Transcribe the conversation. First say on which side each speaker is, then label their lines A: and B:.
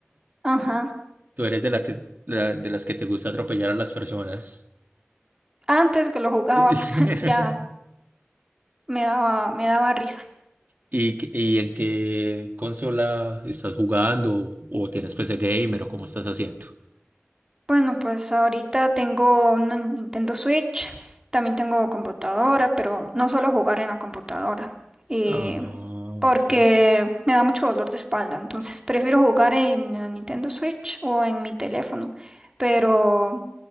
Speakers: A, on the right; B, on the right.
A: Ajá.
B: Tú eres de la que, la- de las que te gusta atropellar a las personas.
A: Antes que lo jugaba,
B: <laughs>
A: <laughs> pero ya me daba, me daba risa.
B: ¿Y, qué- y en qué consola estás jugando? ¿O tienes PC gamer o cómo estás haciendo?
A: Bueno, pues ahorita tengo una Nintendo Switch, también tengo computadora, pero no suelo jugar en la computadora, eh,
B: Ah,
A: porque
B: ok.
A: me da mucho dolor de espalda, entonces prefiero jugar en la Nintendo Switch o en mi teléfono, pero